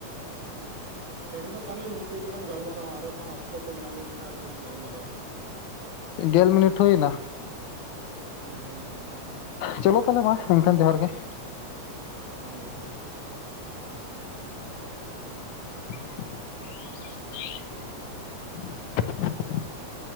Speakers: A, on the right; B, on the left.
A: ᱦᱸ ᱛᱮᱦᱮᱧ ᱫᱚ ᱛᱟᱦᱞᱮ ᱱᱤᱝᱠᱟᱹ ᱜᱮᱞᱟᱝ ᱜᱟᱞ ᱢᱟᱨᱟᱣᱟ ᱟᱨᱚ ᱦᱟᱸᱜ ᱚᱠᱛᱚ ᱠᱚ ᱧᱟᱢ ᱞᱮᱱᱠᱷᱟᱱ ᱟᱨᱦᱳᱸ ᱞᱟᱝ ᱜᱟᱞᱢᱟᱨᱟᱣᱟ ᱾
B: ᱜᱮᱞ ᱢᱤᱱᱤᱴ ᱦᱩᱭᱱᱟ ᱾
A: ᱦᱮᱸ ᱦᱩᱭ ᱠᱟᱱᱟ ᱾
B: ᱪᱚᱞᱚ ᱛᱟᱦᱚᱞᱮ ᱢᱟ ᱮᱱᱠᱷᱟᱱ ᱡᱚᱦᱟᱨ ᱜᱮ ᱾
A: ᱦᱮᱸ ᱡᱚᱦᱟᱨ ᱜᱮ ᱾
B: <inaudible>